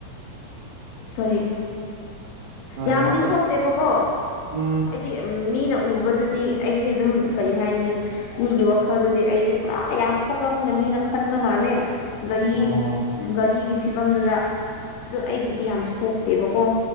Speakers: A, on the left (about 80°); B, on the right (about 85°).
A: ꯀꯔꯤ
B: ꯑ
A: ꯌꯥꯝꯗꯤ
B: ꯂꯩꯕꯥꯛꯇ ꯑ-ꯎꯝ
A: ꯁꯣꯛꯇꯦꯕꯀꯣ ꯍꯥꯏꯗꯤ ꯃꯤꯅ ꯎꯕꯗꯗꯤ ꯑꯩꯁꯦ ꯑꯗꯨꯝ ꯀꯔꯤ ꯍꯥꯏꯅꯤ ꯃꯤꯒꯤ ꯋꯥꯈꯜꯗꯗꯤ ꯑꯩꯁꯦ ꯄꯨꯔꯥ ꯌꯥꯝ ꯁꯣꯛꯂꯝꯒꯅꯤꯅ ꯈꯟꯕ ꯃꯥꯜꯂꯦ ꯒꯥꯔꯤ
B: ꯑꯣ
A: ꯒꯥꯔꯤꯒꯤ ꯐꯤꯕꯝꯗꯨꯗ ꯑꯗꯨ ꯑꯩꯕꯨꯗꯤ ꯌꯥꯝ ꯁꯣꯛꯇꯦꯕꯀꯣ